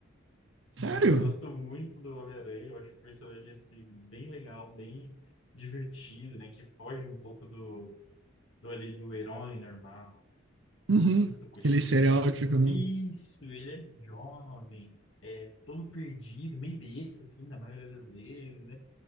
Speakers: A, on the right (about 65°); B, on the left (about 80°).
A: Sério?
B: Eu gosto muito do Homem-Aranha. Eu acho o personagem, assim, bem legal, bem divertido, né? Que foge um pouco do, do ali do herói normal.
A: Uhum.
B: do cotidiano.
A: Aquele estereótipo, né?
B: Isso, ele é jovem, é todo perdido, meio besta, assim, na maioria das vezes, né?